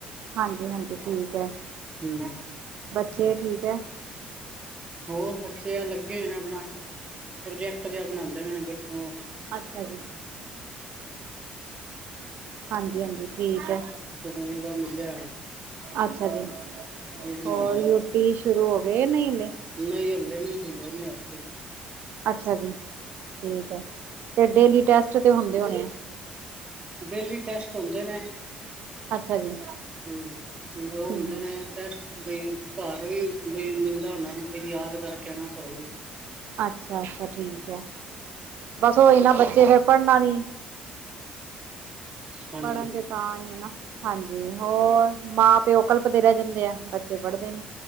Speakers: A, on the right; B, on the right.
A: ਹਾਂਜੀ, ਹਾਂਜੀ ਠੀਕ ਐ।
B: ਹੂੰ,
A: ਸੇਹਤ ਠੀਕ ਐ।
B: ਹੋਰ ਬੱਚੇ ਆ ਲੱਗੇ ਹੋਏ ਨੇ ਆਪਣਾ ਪ੍ਰੋਜੈਕਟ ਜਾ ਬਣਾਂਦੇ ਪਏ ਨੇ ਬੱਚੇ ਓ
A: ਅੱਛਾ ਜੀ, ਹਾਂਜੀ ਹਾਂਜੀ ਠੀਕ ਐ।
B: ਸਕੂਲ ਦਾ ਮਿਲਿਆ।
A: ਅੱਛਾ ਜੀ,
B: ਉਹ ਬਣਾਉਂਦੇ
A: ਹੋਰ ਯੂਟੀ
B: ਨੇ।
A: ਸ਼ੁਰੂ ਹੋ ਗਏ ਨਹੀਂ ਹਲੇ
B: ਨਹੀਂ, ਹਲੇ ਨਹੀ ਹਲੇ ਨਹੀਂ ਹੋਏ ਸ਼ੁਰੂ
A: ਅੱਛਾ ਜੀ, ਠੀਕ ਐ ਤੇ ਡੇਲੀ ਟੈਸਟ ਤਾਂ ਹੁੰਦੇ ਹੋਣੇ ਆ,
B: ਡੇਲੀ ਟੈਸਟ ਹੁੰਦੇ ਨੇ
A: ਅੱਛਾ ਜੀ।
B: ਹੂੰ ਉਹ
A: ਠੀਕ
B: ਹੁੰਦੇ ਨੇ ਟੈਸਟ ਬਈ ਘਰ ਵੀ ਬਈ ਮਿਲਦਾ ਉਹਨਾ ਨੂੰ ਬਈ ਯਾਦ ਕਰਕੇ ਆ ਨਾ ਘਰੋਂ ਵੀ।
A: ਅੱਛਾ, ਅੱਛਾ ਠੀਕ ਐ ਬਸ ਓਹੀ ਨਾ ਬੱਚੇ ਫੇਰ ਪੜ੍ਹਨਾ ਨੀ
B: ਹਾਂਜੀ
A: ਪੜ੍ਹਨ ਦੇ ਤਾਂ ਹੀ ਐ ਨਾ ਹਾਂਜੀ, ਹੋਰ ਮਾਂ ਪਿਓ ਕਲਪਦੇ ਰਹਿ ਜਾਂਦੇ ਆ ਬੱਚੇ ਪੜ੍ਹਦੇ ਨੀ।